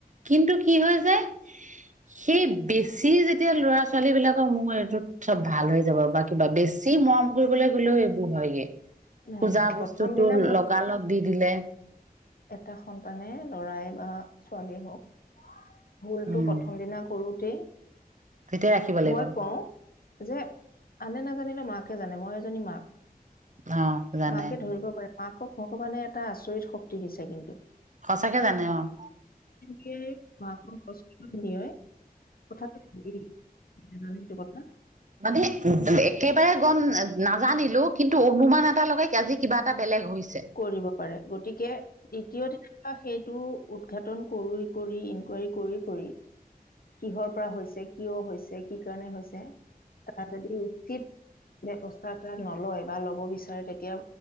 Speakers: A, on the right (about 50°); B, on the left (about 70°).
A: কিন্তু কি হৈ যায়? সেই বেছি যেতিয়া ল'ৰা ছোৱালী বিলাকৰ মোৰ এইটোত চব ভাল হৈ যাব বা কিবা বেছি মৰম কৰিবলৈ গ'লেও এইবোৰ হয়গে।
B: নাই
A: খোজা
B: নাই প্ৰথম
A: বস্তুটো
B: দিনা ভুল
A: লগালগ দি দিলে।
B: এটা সন্তানে ল'ৰাই বা ছোৱালীয়ে হওঁক ভুলতো
A: উম
B: প্ৰথম দিনা কৰোঁ তে
A: তেতিয়া ৰাখিব লাগিব
B: মই কওঁ যে, আনে নাজানিলে মাকে জানে মই জনী মাক
A: অ', জানে।
B: মাকে ধৰিব পাৰে মাকক ভগৱানে এটা আচৰিত শক্ত টি, দিছে কিন্তু।
A: সঁচাকে জানে অ'।
B: সেই মাকক কষ্ট দিয়ে, কথাটো হেৰি জানানে এইটো কথা?
A: মানে একেবাৰে গম-নাজানি লৈয়ো কিন্তু অনুমান এটা লগায় আজি কিবা এটা বেলেগ হৈছ
B: কৰিব পাৰে, গতিকে দ্বিতীয় দিনা পৰা সেইটো উদঘাটন কৰি, কৰি ইনকুৱাৰী কৰি, কৰি কিহৰ পৰা হৈছে, কিয় হৈছে, কি কাৰণে হৈছে তাৰ যদি উচিত ব্যৱস্থা এটা নলয় বা ল'ব বিচাৰে তেতিয়া